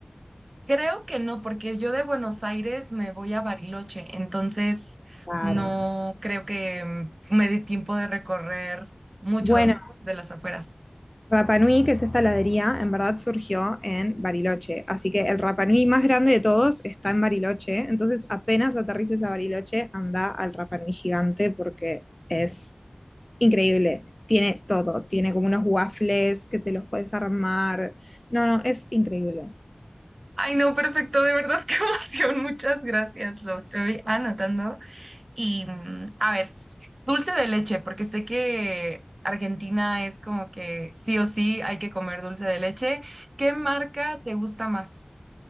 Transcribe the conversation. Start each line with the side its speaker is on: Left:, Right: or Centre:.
Right: Creo que no, porque yo de Buenos Aires me voy a Bariloche, entonces
Left: Claro.
Right: no creo que mm, me dé tiempo de recorrer mucho
Left: Bueno,
Right: de las afueras.
Left: Rapa Nui, que es esta heladería, en verdad surgió en Bariloche. Así que el Rapa Nui más grande de todos está en Bariloche. Entonces, apenas aterrices a Bariloche, anda al Rapa Nui gigante porque es increíble. Tiene todo. Tiene como unos waffles que te los puedes armar. No, no, es increíble.
Right: Ay, no, perfecto, de verdad, <laughs> qué emoción. Muchas gracias, lo estoy anotando. Y mm, a ver, dulce de leche, porque sé que Argentina es como que sí o sí hay que comer dulce de leche. ¿Qué marca te gusta más?